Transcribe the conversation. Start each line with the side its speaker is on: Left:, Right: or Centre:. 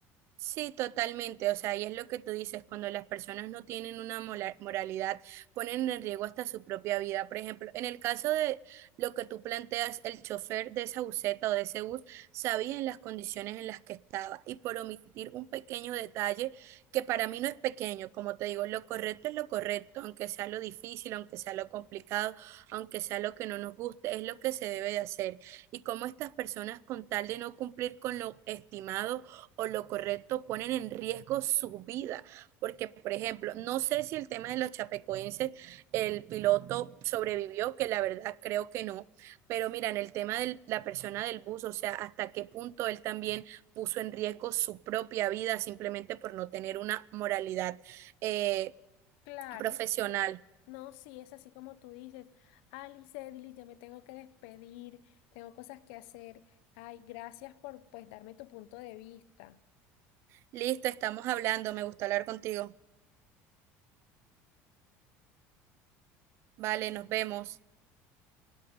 Right: Sí, totalmente. O sea, y es lo que tú dices, cuando las personas no tienen una mola- moralidad, ponen en riesgo hasta su propia vida. Por ejemplo, en el caso de lo que tú planteas, el chofer de esa buseta o de ese bus sabía en las condiciones en las que estaba y por omitir un pequeño detalle que para mí no es pequeño, como te digo, lo correcto es lo correcto, aunque sea lo difícil, aunque sea lo complicado, aunque sea lo que no nos guste, es lo que se debe de hacer. Y como estas personas con tal de no cumplir con lo estimado, o lo correcto ponen en riesgo su vida. Porque, por ejemplo, no sé si el tema de los chapecoenses, el piloto sobrevivió, que la verdad creo que no, pero mira, en el tema de la persona del bus, o sea, hasta qué punto él también puso en riesgo su propia vida simplemente por no tener una moralidad eh,
Left: Claro.
Right: profesional.
Left: No, sí, es así como tú dices, Alice, Edily, yo me tengo que despedir, tengo cosas que hacer. Ay, gracias por pues darme tu punto de vista.
Right: Listo, estamos hablando, me gusta hablar contigo. Vale, nos vemos.